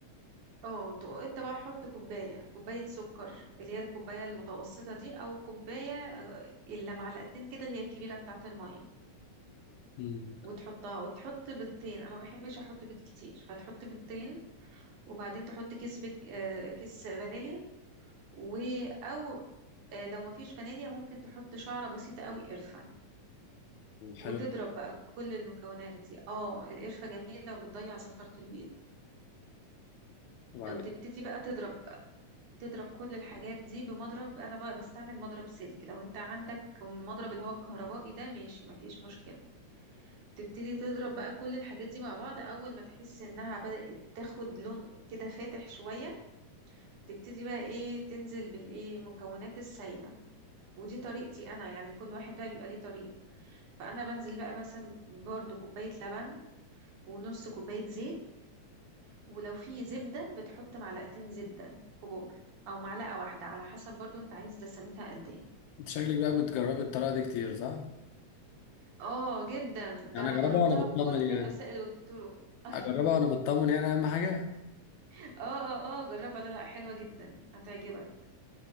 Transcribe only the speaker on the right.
اه ت- انت بقى حط كوباية كوباية سكر اللي هي الكوباية المتوسطة دي او كوباية آه، الا معلقتين كده اللي هي الكبيرة بتاعة المية
وتحطها وتحط بيضتين انا ما بحبش احط بيض كتير فتحط بيضتين وبعدين تحط كيس بيك آه، كيس فانيليا و او آه، لو مفيش فانيليا ممكن تحط شعرة بسيطة قوي قرفة
وتضرب بقى كل المكونات دي اه القرفة جميلة وبتضيع زفرة البيض
او تبتدي بقى تضرب تضرب كل الحاجات دي بمضرب انا بقى بستعمل مضرب سلك لو انت عندك المضرب اللي هو الكهربائي ده ماشي مفيش مشكلة تبتدي تضرب بقى كل الحاجات دي مع بعض اول ما تحس انها بدأت تاخد لون كده فاتح شوية تبتدي بقى ايه تنزل بالايه مكونات السايلة ودي طريقتي انا يعني كل واحد بقى بيبقى ليه طريقة فانا بنزل بقى مثلا برضو كوبايه لبن ونص كوبايه زيت ولو في زبده بتحط معلقتين زبده كبار او معلقه واحده على حسب برضو انت عايز دسمتها قد ايه
اه جدا ده
انا
جربتها
بكل
الوسائل والطرق <laughs> أيوة.
اه اه اه جربها لا لا حلوه جدا هتعجبك